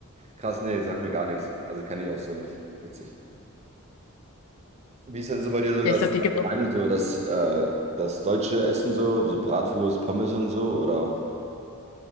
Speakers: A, on the right; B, on the left.
A: Krass, nee, sagt mir gar nichts. Also kenne ich auch so nicht. Witzig. Wie ist denn so bei dir so
B: Ja,
A: das
B: ich glaube, die
A: allgemeine,
B: gibt es auch
A: so das, äh, das deutsche Essen so, so Bratwurst, Pommes und so, oder?